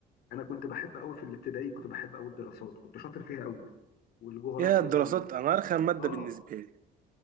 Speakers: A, on the left (about 70°); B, on the right (about 55°).
A: انا كنت بحب قوي في الابتدائي كنت بحب قوي الدراسات كنت شاطر فيها قوي والجغرافيا
B: يا الدراسات
A: وال
B: انا ارخم ماده
A: اه
B: بالنسبه لي